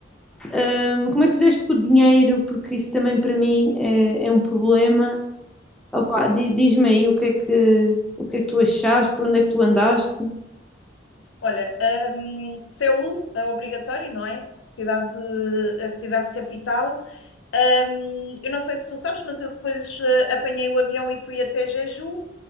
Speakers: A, in the centre; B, on the left.
A: ah, como é que fizeste com o dinheiro, porque isso também para mim é, é um problema. Opá, di- diz-me aí o que é que, o que é que tu achaste, por onde é que tu andaste.
B: Olha, hum, Seul é obrigatório, não é? Cidade, a cidade capital. Hum, eu não sei se tu sabes, mas eu depois eh, apanhei o avião e fui até Jeju.